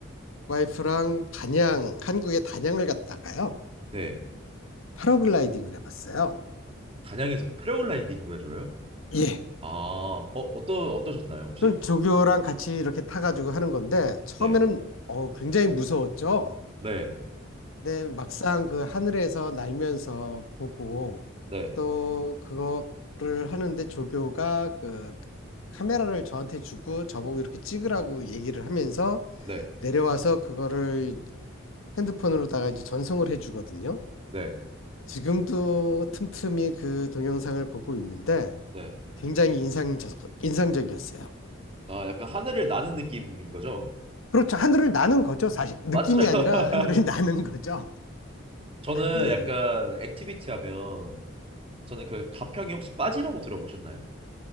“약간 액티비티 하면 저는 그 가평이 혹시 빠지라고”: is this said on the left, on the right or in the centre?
Right